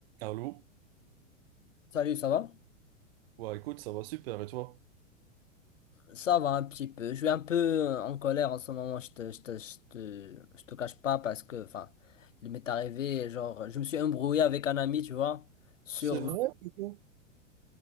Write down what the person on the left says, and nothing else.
Salut, ça va?
Ça va un petit peu. Je suis un peu euh, en colère en ce moment, je te, je te, je te, je te cache pas parce que, enfin, il m'est arrivé, genre, je me suis embrouillé avec un ami, tu vois, sur...